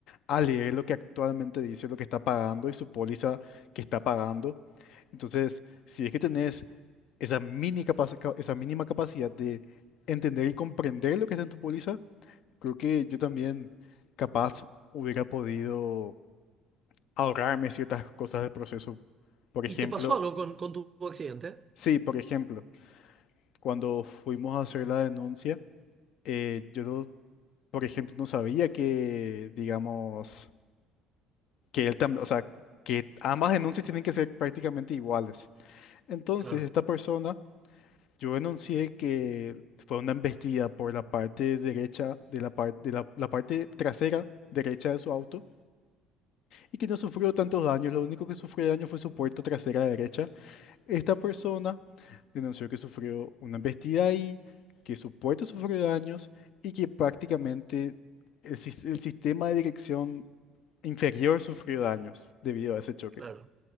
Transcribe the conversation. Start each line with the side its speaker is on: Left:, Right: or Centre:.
Left: a leer lo que actualmente dice, lo que está pagando y su póliza que está pagando. Entonces, si es que tenés esa mini capaci- ca- esa mínima capacidad de entender y comprender lo que está en tu póliza, creo que yo también capaz hubiera podido ahorrarme ciertas cosas del proceso. Por ejemplo,
Right: ¿Y te pasó algo con, con tu accidente?
Left: sí, por ejemplo. cuando fuimos a hacer la denuncia, eh, yo, no- por ejemplo, no sabía que, digamos, que él también, o sea, que ambas denuncias tienen que ser prácticamente iguales. Entonces,
Right: Claro,
Left: esta persona, yo denuncié que fue una embestida por la parte derecha de la, par- de la, la parte trasera derecha de su auto y que no sufrió tantos daños, lo único que sufrió daño fue su puerta trasera derecha Esta persona denunció que sufrió una embestida ahí, que su puerta sufrió daños y que prácticamente el, sis- el sistema de dirección inferior sufrió daños debido a ese choque.
Right: claro.